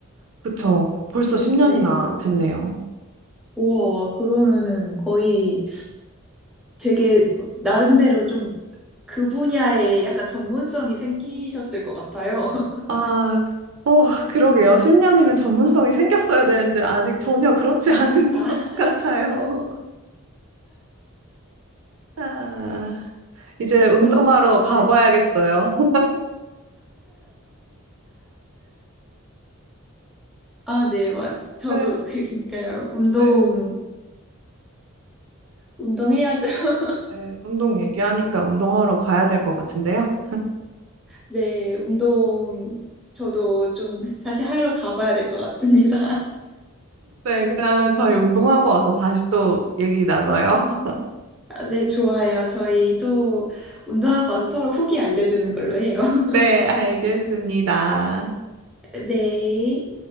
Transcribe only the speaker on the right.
그쵸. 벌써 10년이나
됐네요.
아, 어, 그러게요. 10년이면 전문성이 생겼어야 되는데 아직 전혀 그렇지 않은
<laughs> 것 같아요. 아, 이제 운동하러
가봐야겠어요.
<laughs>
네,
네.
네, 운동 얘기하니까 운동하러 가야 될 것 같은데요.
네, 그러면 저희 운동하고 와서 다시 또 얘기 나눠요. <laughs>
네, 알겠습니다.